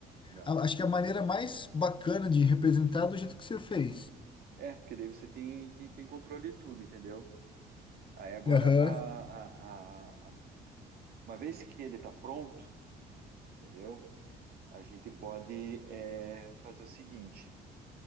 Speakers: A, on the right (about 65°); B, on the left (about 30°).
A: não.
B: A- Acho que a maneira mais bacana de representar é do jeito que você fez.
A: É, porque daí você tem, tem, tem controle de tudo, entendeu? Aí agora,
B: Aham.
A: a, a, a- a- uma vez que ele tá pronto, entendeu? A gente pode é, fazer o seguinte.